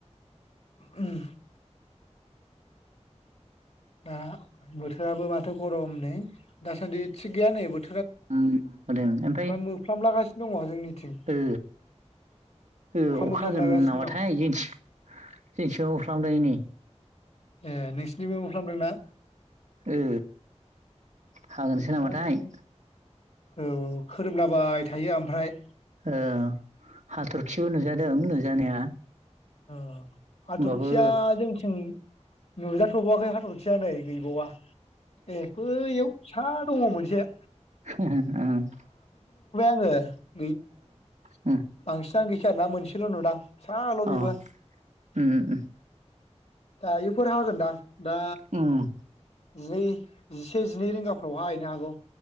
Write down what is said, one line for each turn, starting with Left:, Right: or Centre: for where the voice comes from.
Left: उम दा बोथोराबो माथो गरम नै दासान्दि थिग गैया नै बोथोर
Right: उम होदों ओमफाय
Left: मोफ्लामलागासिनो दङ जोंनिथिं
Right: ओ ओ अखा
Left: मोफ्लामलागासिनो
Right: हागोन नामाथाय
Left: दं
Right: जोंनिथिं जोंनिथिंबो होफ्लामदों हनै
Left: ए नोंसिनिबो फ्लामदों ना?
Right: ओ हागोनसो
Left: बोथोरानो
Right: नामाथाय
Left: औ खोरोमलाबाय थायो आमफ्राय
Right: ओ हाथरखिबो नुजादों नुजानाया
Left: औ हाथरखिया
Right: होमबाबो
Left: जोंनिथिं नुजाथ'बावाखै हाथरखिया नै गैबावा ए बैयाव फिसा दङ मोनसे
Right: हा हा उम
Left: ओ
Right: औ
Left: आंस <unintelligible> गैखाया आरो ना मोनसेल' नुदां फिसाल' बेबो
Right: अ उम उम उम
Left: दायोफोर हागोनदां दा
Right: उम
Left: जिनै जिसे जिनै रिंगाफ्राव हाहायनो हागौ